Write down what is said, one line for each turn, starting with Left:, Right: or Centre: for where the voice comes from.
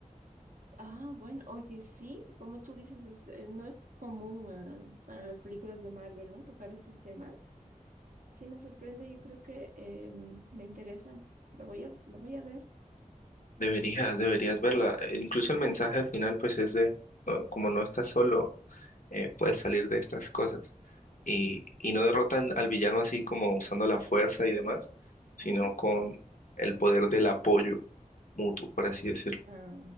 Right: Ah, bueno, oye, sí, como tú dices, es, eh, no es común, ah, para las películas de Marvel, ¿no? Tocar estos temas. Sí, me sorprende, yo creo que eh, me interesa. Lo voy a, lo voy a ver,
Left: Deberías,
Right: ¿sabes?
Left: deberías
Right: Sí.
Left: verla. Eh, Incluso el mensaje al final, pues es de, no, como no estás solo, eh, puedes salir de estas cosas. Y, y no derrotan al villano así como usando la fuerza y demás, sino
Right: Ujú.
Left: con el poder del apoyo mutuo, por así decirlo.
Right: Ah,